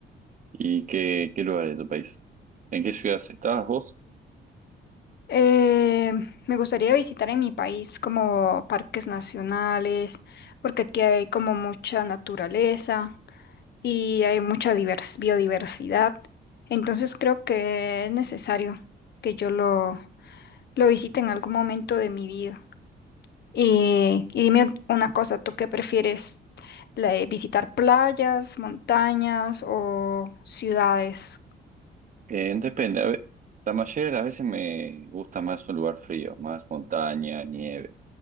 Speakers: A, on the right; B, on the left.
A: ¿Y qué, qué lugares de tu país? ¿En qué ciudades estabas vos?
B: Eh, me gustaría visitar en mi país como parques nacionales, porque aquí hay como mucha naturaleza y hay mucha divers- biodiversidad. Entonces creo que es necesario que yo lo, lo visite en algún momento de mi vida. Y, y dime una cosa, ¿tú qué prefieres? La de ¿Visitar playas, montañas o ciudades?
A: Eh, depende, a ve- la mayoría de las veces me gusta más un lugar frío, más montaña, nieve,